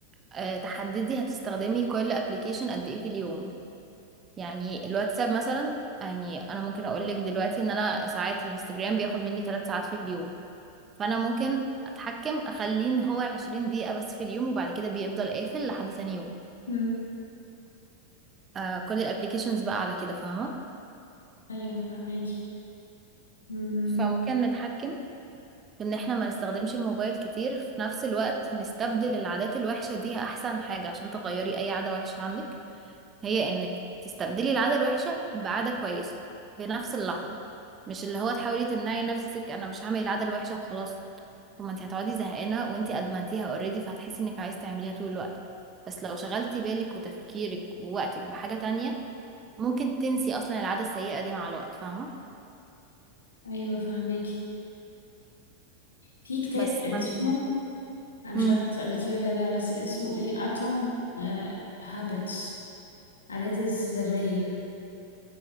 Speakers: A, on the right (about 25°); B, on the left (about 70°).
A: آه، تحددي هتستخدمي كل ابلكيشن قد ايه في اليوم يعني الواتساب مثلا يعني انا ممكن اقول لك دلوقتي ان انا ساعات الانستجرام بياخد مني 3 ساعات في اليوم فانا ممكن اتحكم اخليه ان هو 20 دقيقه بس في اليوم وبعد كده بيفضل قافل لحد تاني يوم
B: مم.
A: آه، كل الابلكيشنز بقى على كده فاهمه
B: ايوه فهماكي مم.
A: فممكن نتحكم ان احنا ما نستخدمش الموبايل كتير في نفس الوقت نستبدل العادات الوحشة دي احسن حاجة عشان تغيري اي عادة وحشة عندك هي انك تستبدلي العادة الوحشة بعادة كويسة في نفس اللحظة مش اللي هو تحاولي تمنعي نفسك انا مش هعمل العادة الوحشة وخلاص طب ما انت هتقعدي زهقانة وانت ادمنتيها اوريدي فهتحسي انك عايز تعمليها طول الوقت بس لو شغلتي بالك وتفكيرك ووقتك بحاجة تانية ممكن تنسي اصلا العادة السيئة دي مع الوقت فاهمة
B: ايوه فهماكي في كتاب
A: بس
B: اسمه
A: فانت
B: انا مش
A: مم.
B: عارفة إنتي قريتيه ولا لا بس اسمه ايه اتوم هابتس عادات الذرية